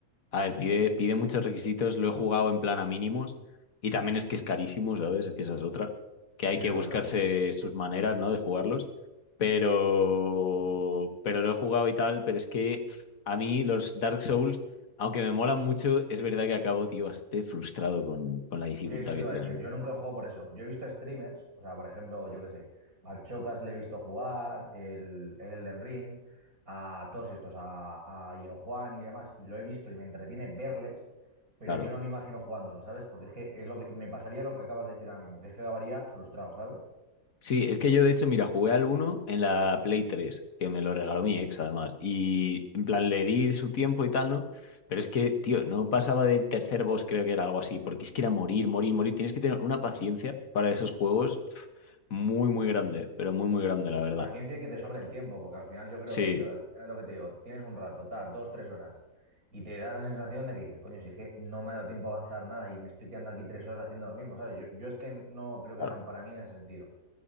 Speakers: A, on the left; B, on the right.
A: A ver, pide, pide muchos requisitos, lo he jugado en plan a mínimos y también es que es carísimo, ¿sabes? Es Que esa es otra, que hay
B: Sí, esa
A: que
B: es
A: buscarse
B: otra.
A: sus maneras, ¿no? De jugarlos, pero, pero lo he jugado y tal, pero es que pf, a mí los Dark Souls, aunque me molan mucho, es verdad que acabo, tío, bastante frustrado con, con la dificultad
B: Sí, eso te
A: que
B: iba
A: tienen,
B: a decir. Yo
A: ¿eh?
B: nunca he jugado por eso. Yo he visto streamers, o sea, por ejemplo, yo qué sé, al Chocas le he visto jugar, el, el Elden Ring, a todos estos, a, a Io y demás, y lo he visto y me entretiene verles, pero
A: Claro.
B: yo no me imagino jugándolo, ¿sabes? Porque es que es lo que me pasaría lo que acabas de decir ahora mismo, que es que acabaría frustrado, ¿sabes?
A: Sí, es que yo de hecho, mira, jugué al uno en la Play 3 que me lo regaló mi ex además, y en plan le di su tiempo y tal, ¿no? Pero es que, tío, no pasaba del tercer boss, creo que era algo así, porque es que era morir, morir, morir. Tienes que tener una paciencia para esos juegos pf, muy, muy grande, pero muy, muy grande, la verdad.
B: Paciencia y que te sobre el tiempo, porque al final yo creo
A: Sí,
B: que, tío, al final es lo que te digo, tienes un rato, tal, dos, tres horas, y te da la sensación de que dices, coño, si es que no me ha dado tiempo a avanzar nada y me estoy quedando aquí tres horas haciendo lo mismo, ¿sabes? Yo, yo es que no creo que
A: claro.
B: sean para mí en ese sentido.